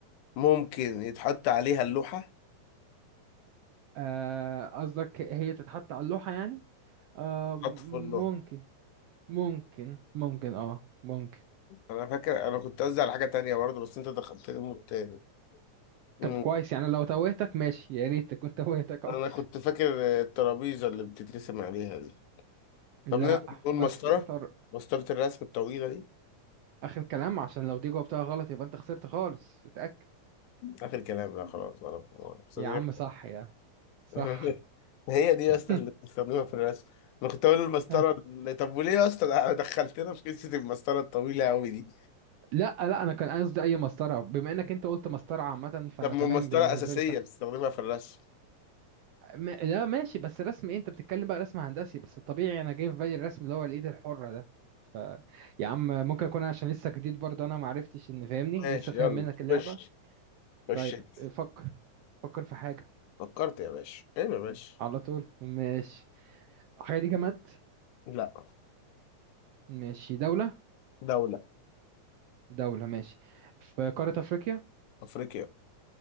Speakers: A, on the left (about 85°); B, on the right (about 75°).
A: ممكن يتحط عليها اللوحة
B: آه، قصدك هي تتحط على اللوحة يعني آه، م-
A: تحط في اللوحة
B: ممكن ممكن ممكن اه ممكن
A: انا فاكر انا كنت قصدي على حاجه تانية برضه بس انت دخلتني مود تاني امم
B: طب كويس يعني لو توهتك ماشي يا ريت كنت <laughs> توهتك اكتر
A: انا كنت فاكر الترابيزه اللي بتترسم عليها دي
B: لا
A: طب نقدر نقول
B: بس
A: مسطره
B: طارق
A: مسطره الرسم الطويله دي
B: اخر كلام عشان لو دي جاوبتها غلط يبقى انت خسرت خالص اتاكد
A: اخر كلام لا خلاص ولا بحوار. صديق
B: يا عم صح يا عم صح
A: <laughs> هي دي يا
B: <laughs>
A: اسطى اللي بنستخدمها في الرسم انا كنت اقول المسطره
B: أي.
A: اللي- طب وليه يا اسطى ده دخلتنا في قصه المسطره الطويله قوي دي
B: لا لا انا كان قصدي اي مسطره بما انك انت قلت مسطره عامه فانا
A: طب ما
B: تمام
A: المسطره
B: بالنسبه
A: اساسيه
B: لي صح
A: بتستخدمها في الرسم
B: م... لا ماشي بس رسم ايه انت بتتكلم بقى رسم هندسي بس الطبيعي انا جاي في بالي الرسم اللي هو الايد الحره ده ف يا عم ممكن اكون عشان لسه جديد برضه انا ما عرفتش ان فاهمني
A: ماشي
B: لسه فاهم
A: يلا
B: منك اللعبه
A: خش خش
B: طيب
A: انت.
B: فكر فكر في حاجه
A: فكرت يا باشا ايه يا باشا
B: على طول ماشي الحاجه دي جماد
A: لا
B: ماشي دوله
A: دوله
B: دولة ماشي في قارة أفريقيا
A: افريقيا